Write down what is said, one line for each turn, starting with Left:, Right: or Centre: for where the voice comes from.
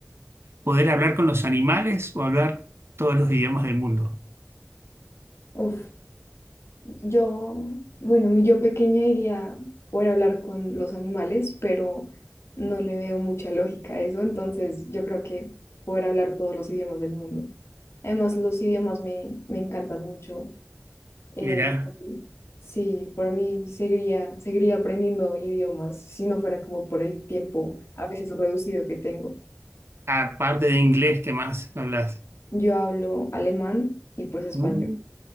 Right: poder hablar con los animales o hablar todos los idiomas del mundo.
Left: Uf. Yo, bueno, mi yo pequeña iría por hablar con los animales, pero no le veo mucha lógica a eso, entonces yo creo que poder hablar todos los idiomas del mundo. Además, los idiomas me, me encantan mucho. Eh,
Right: Mirá,
Left: sí, por mí seguiría, seguiría aprendiendo idiomas si no fuera como por el tiempo a veces reducido que tengo.
Right: aparte de inglés, ¿qué más hablas?
Left: Yo hablo alemán y pues español.
Right: Uh,